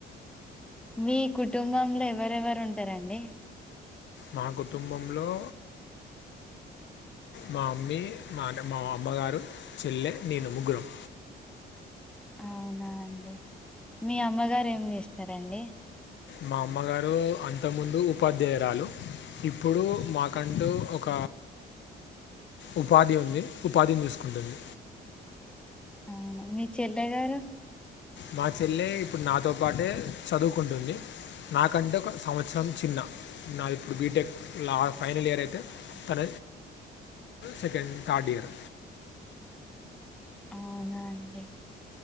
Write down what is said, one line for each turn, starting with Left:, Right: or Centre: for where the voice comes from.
Centre: మీ కుటుంబంలో ఎవరెవరు ఉంటారండి
Left: మా కుటుంబంలో మా అమ్మీ మా మా అమ్మగారు చెల్లె నేను ముగ్గురం
Centre: అవునా అండి మీ అమ్మగారు ఏం చేస్తారండి
Left: మా అమ్మగారు అంత ముందు ఉపాధ్యాయురాలు ఇప్పుడు మాకంటూ ఒక ఉపాధి ఉంది ఉపాధిని చూసుకుంటుంది
Centre: అవునా మీ చెల్లె గారు
Left: మా చెల్లె ఇప్పుడు నాతో పాటే చదువుకుంటుంది నాకంటే ఒక సంవత్సరం చిన్న నాది ఇప్పుడు నా బీటెక్ ఫైనల్ ఇయర్ అయితే తన సెకండ్ థర్డ్ ఇయర్
Centre: అవునా అండి